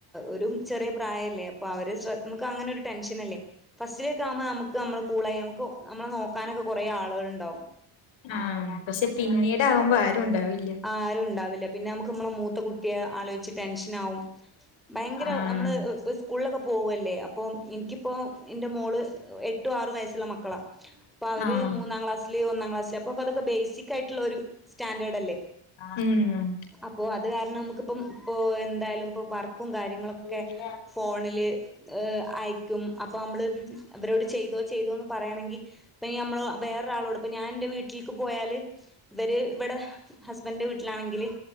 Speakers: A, in the centre; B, on the left.
A: ഒരു ചെറിയ പ്രായല്ലേ, അപ്പൊ അവര് ശ്ര മ്മക്ക് അങ്ങനെ ഒരു ടെൻഷനല്ലേ. ഫസ്റ്റിലോക്കെ ആവുമ്പോ ഞമ്മക്ക് അമ്മളെ കൂളെയ നമുക്ക് നമ്മളെ നോക്കാനൊക്കെ കൊറേ ആളുകള്ണ്ടാവും.
B: ആഹ് പക്ഷെ പിന്നീടാവുമ്പോ ആരുണ്ടാവില്ല.
A: ആരുണ്ടാവില്ല പിന്നെ അമ്മക്ക് മ്മെളെ മൂത്ത കുട്ടിയെ ആലോയിച്ചി ടെൻഷനാവും ഭയങ്കര
B: ആഹ്
A: അമ്മള് ഓ ഒ സ്കൂളിലൊക്കെ പോവല്ലേ അ പ്പോ ഇൻക്കിപ്പോ എന്റെ മോള് എട്ടു ആറു വയസ്സുള്ള മക്കളാ. പ്പ അവര്
B: ആഹ്
A: മൂന്നാം ക്ലാസില് ഒന്നാം ക്ലാസ്സില് അപ്പോ പ്പതൊക്കെ ബേസിക്കായിട്ടുള്ളൊരു സ്റ്റാൻഡേർഡ് അല്ലേ.
B: ഉം
A: അപ്പോ അത് കാരണം മ്മക്ക് ഇപ്പം ഓ എന്തയാലും പ്പോ വർക്കും കാര്യങ്ങളൊക്കെ
B: ഉം
A: ഫോണില് ഏഹ് ആയി ക്കും അപ്പൊ അമ്മള് ഇവരോട് ചെയ്തോ ചെയ്തോന്ന് പറയണെങ്കി ഇപ്പയീ നമ്മള് വേറൊരാളോട് ഇപ്പ ഞാൻൻ്റെ വീ വീട്ടിൽക് പോയാല്, ഇവര് ഇവടെ ഹസ്ബൻ്റ്ന്റെ വീട്ടിലാണെങ്കില്